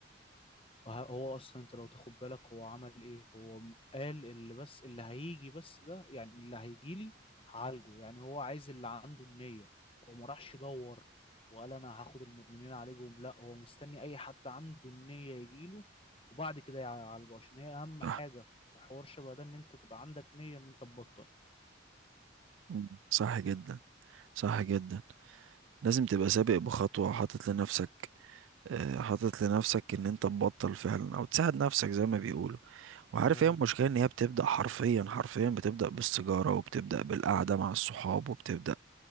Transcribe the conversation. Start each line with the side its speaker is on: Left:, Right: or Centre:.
Left: وه- هو اصلا انت لو تاخد بالك هو عمل ايه هو م- قال اللي بس اللي هيجي بس ده يعني اللي هيجي لي هعالجه يعني هو عايز اللي عنده النية هو ما راحش يدور وقال انا هاخد المدمنين عليهم لا هو مستني اي حد عنده النية يجي له وبعد كده يعالجه عشان هي اهم
Right: صح
Left: حاجة في حوار شبه ده ان انت تبقى عندك نية ان انت تبطل
Right: مم. صح جدا صح جدا لازم تبقى سابق بخطوة حاطط لنفسك آه، حاطط لنفسك ان انت تبطل فعلا او تساعد نفسك زي ما بيقولوا وعارف
Left: ايوه
Right: ايه المشكلة ان هي بتبدأ حرفيا حرفيا بتبدأ بالسيجارة وبتبدأ بالقعدة مع الصحاب وبتبدأ